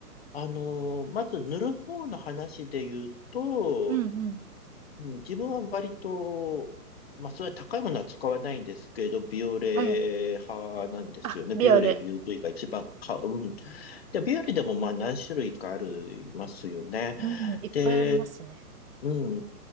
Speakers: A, on the left; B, on the right.
A: あの、まず塗る方の話で言うと、
B: うんうん。
A: うん、自分は割と、まあ、それは高いものは使わないんですけど、ビオレ派なんですよね。
B: はい。あ、ビオレ。
A: ビオレ UV が一番買う。うんで、ビオレでもまあ何種類かありますよね。
B: うん、いっぱいありますね。
A: で、うん。